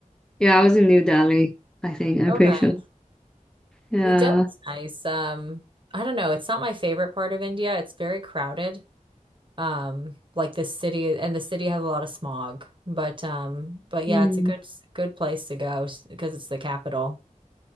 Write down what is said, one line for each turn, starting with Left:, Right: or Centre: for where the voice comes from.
Centre: Yeah, I was in New Delhi, I think. I'm
Right: Okay.
Centre: pretty sure. Yeah.
Right: Yeah, Delhi's nice. Um, I don't know. It's not my favorite part of India. It's very crowded. um like the city and the city has a lot of smog but um but
Centre: Mm.
Right: yeah it's a good good place to go s- because it's the capital